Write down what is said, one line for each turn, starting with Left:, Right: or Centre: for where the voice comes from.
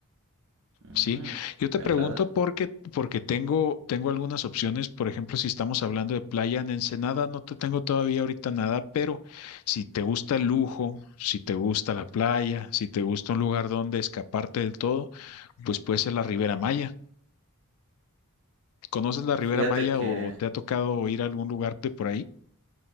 Right: Mm,
Left: Sí, yo te
Right: me
Left: pregunto
Right: agrada.
Left: porque, porque tengo, tengo algunas opciones. Por ejemplo, si estamos hablando de playa en Ensenada, no te tengo todavía ahorita nada, pero si te gusta el lujo, si te gusta la playa, si te gusta un lugar donde escaparte del todo, pues puede ser la Ribera Maya. ¿Conoces la Ribera
Right: Fíjate
Left: Maya
Right: que
Left: o, o te ha tocado ir a algún lugar de por ahí?